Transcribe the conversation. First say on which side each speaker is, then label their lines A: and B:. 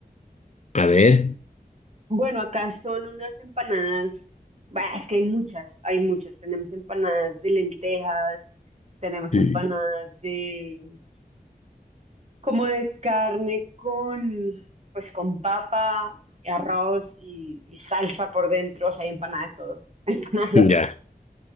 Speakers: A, on the left; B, on the right.
A: A ver.
B: Bueno, acá son unas empanadas, bah, es que hay muchas, hay muchas. Tenemos empanadas de lentejas, tenemos
A: Mm,
B: empanadas de, como de carne con, pues con papa, arroz y, y salsa por dentro, o sea, hay empanada de todo, <laughs> empanada de
A: Ya,
B: lo que quieras.